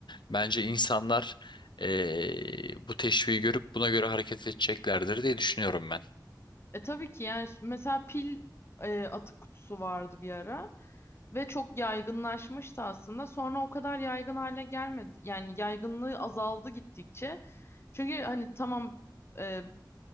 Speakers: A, on the left; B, on the left.
A: bence insanlar eee, bu teşviği görüp buna göre hareket edeceklerdir diye düşünüyorum ben.
B: E tabii ki yani mesela pil e, atık kutusu vardı bir ara ve çok yaygınlaşmıştı aslında. Sonra o kadar yaygın hale gelmedi. Yani yaygınlığı azaldı gittikçe. Çünkü hani tamam e,